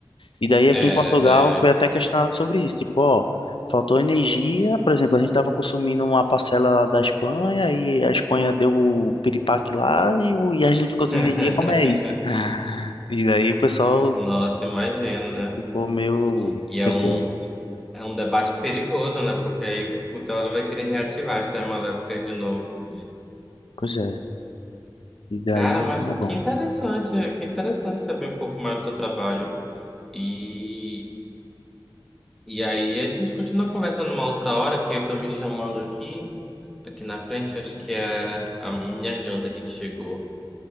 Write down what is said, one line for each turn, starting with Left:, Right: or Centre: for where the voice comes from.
Left: E daí aqui
Centre: é, é.
Left: em Portugal foi até questionado sobre isso, tipo, ó, faltou energia, por exemplo, a gente estava consumindo uma parcela lá da Espanha e a Espanha deu o piripaque lá e, o- e a gente ficou sem
Centre: <laughs>
Left: energia, como é isso? <laughs> E daí o pessoal
Centre: Nossa, imagino, né?
Left: ficou meio
Centre: E é
Left: receoso.
Centre: um,
Left: disso.
Centre: é um debate perigoso, né? Porque aí o Teodoro vai querer reativar as termoelétricas de novo.
Left: Pois é, e daí,
Centre: Cara, mas
Left: tá bom.
Centre: que interessante, que interessante saber um pouco mais do teu trabalho. E, e aí a gente continua conversando uma outra hora, que eu tô me chamando aqui, aqui na frente, acho que é a minha janta aqui que chegou.